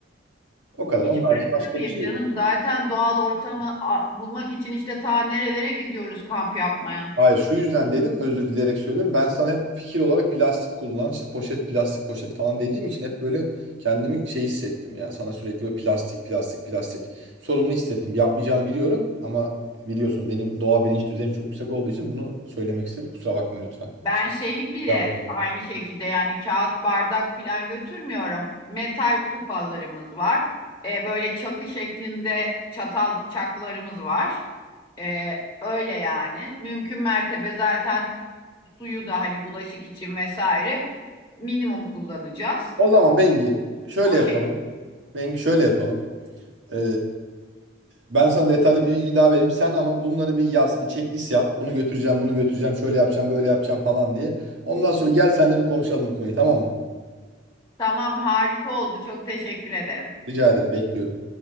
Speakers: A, on the right; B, on the left.
A: O kadar.
B: Hiç
A: Onun harici
B: bırakır
A: başka
B: mıyım
A: bir şey
B: canım?
A: yok.
B: Zaten doğal ortamı a, bulmak için işte ta nerelere gidiyoruz kamp yapmaya.
A: Hayır şu yüzden dedim özür dileyerek söylüyorum. Ben sana hep fikir olarak plastik kullan işte poşet plastik poşet falan dediğim için hep böyle kendimi şey hissettim ya sana sürekli böyle plastik plastik plastik sorumlu hissettim. Yapmayacağını biliyorum ama biliyorsun benim doğa bilinç düzeyim çok yüksek olduğu için bunu söylemek istedim. Kusura bakma lütfen.
B: Ben şeyi bile
A: Yalvarırım.
B: aynı şekilde yani kağıt bardak filan götürmüyorum. Metal kupalarımız var. E, böyle çakı şeklinde çatal bıçaklarımız var. E, öyle yani. Mümkün mertebe zaten suyu da hani bulaşık için vesaire minimum kullanacağız.
A: O zaman Bengi şöyle
B: O
A: yapalım.
B: şekilde.
A: Bengi şöyle yapalım. Ee, ben sana detaylı bir bilgi daha vereyim. Sen ama bunları bir yaz, bir checklist yap. Bunu götüreceğim, bunu götüreceğim, şöyle yapacağım, böyle yapacağım falan diye. Ondan sonra gel seninle bir konuşalım bu konuyu, tamam mı?
B: Tamam harika oldu. Çok teşekkür ederim.
A: Rica ederim, bekliyorum.